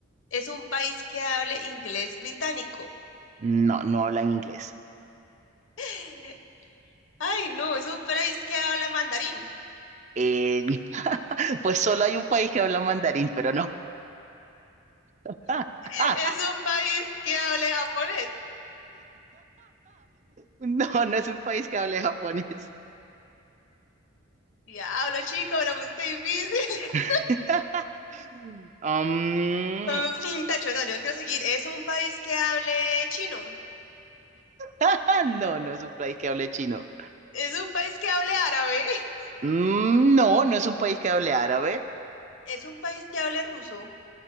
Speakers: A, on the left (about 70°); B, on the right (about 35°).
A: es un país que hable inglés británico.
B: No, no hablan inglés.
A: <laughs> Ay, no, es un país que habla mandarín.
B: Eh, <laughs> pues solo hay un país que habla mandarín, pero no. <laughs>
A: <laughs> Es un país que hable japonés.
B: No, no es un país que hable japonés.
A: Diablo, chico, me lo pusiste difícil. <laughs>
B: <laughs> Um,
A: Mm, Tacho, no, yo quiero seguir. Es un país que hable chino.
B: <laughs> no, no es un país que hable chino.
A: Es un país que hable árabe. <laughs>
B: Mm, No, no es un país que hable árabe.
A: Es un país que hable ruso.